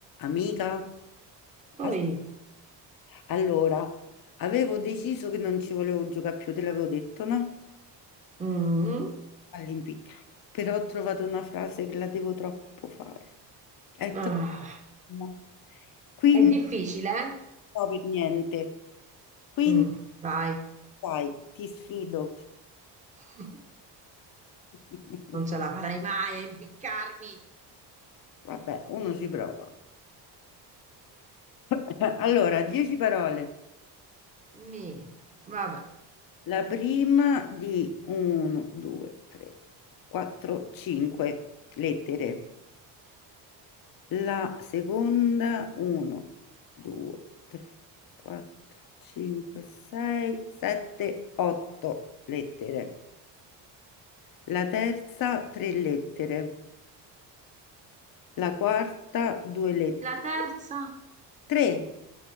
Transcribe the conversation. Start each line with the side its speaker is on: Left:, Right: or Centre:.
Left: Amica,
Right: Poi,
Left: as- allora, avevo deciso che non ci volevo giocare più, te l'avevo detto, no?
Right: mm,
Left: All'impiccato. Però ho trovato una frase che la devo troppo fare. È
Right: ah,
Left: troppo. no. Quindi,
Right: è difficile, eh?
Left: no, per niente. Quindi,
Right: Mm, vai,
Left: dai, ti sfido.
Right: <laughs>
Left: <laughs>
Right: non ce la farai mai a impiccarmi.
Left: Vabbè, uno ci prova. <laughs> Allora, dieci parole.
Right: Mi, vabbè.
Left: La prima di 1, 2, 3, 4, 5 lettere. La seconda, 1, 2, 3, 4, 5, 6, 7, 8 lettere. La terza, 3 lettere. La quarta, 2 lettere.
Right: La terza?
Left: 3.